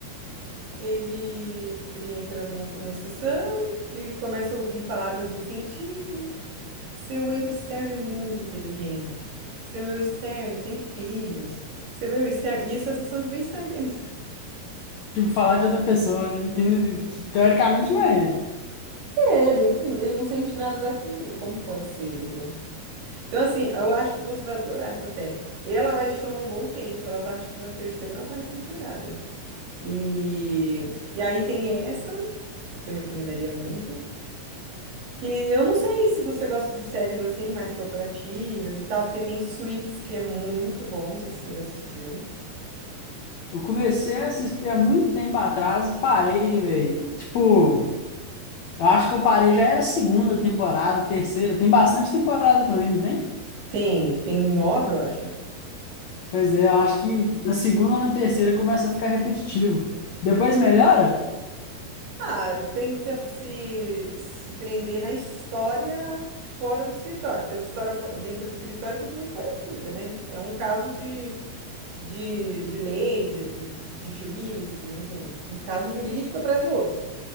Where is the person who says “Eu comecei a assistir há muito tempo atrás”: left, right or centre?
Left